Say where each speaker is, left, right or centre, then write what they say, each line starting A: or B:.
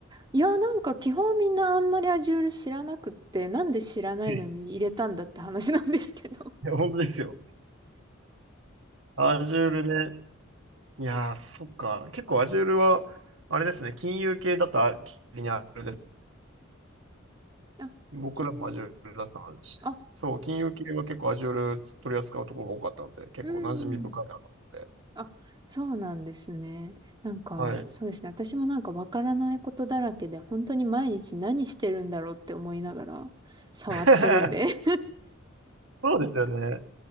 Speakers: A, on the right; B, on the right.
A: いや、なんか基本みんなあんまりアジュール知らなくって、なんで知らないのに入れたんだって話なんですけど。
B: え本当ですよ。Azure ね。いやー、そっか。結構 Azure は、あれですね、金融系だと、あにあれです。
A: あ、
B: 僕らも
A: 金、
B: Azure だったし、
A: あ、
B: そう、金融系は結構 Azure 取り扱うところが多かったので、結構馴染み深いなと思って。
A: うん。あ、そうなんですね。なんか、
B: はい。
A: そうですね。私もなんかわからないことだらけで、本当に毎日何してるんだろうって思いながら触ってるんで
B: <laughs> そうですよね。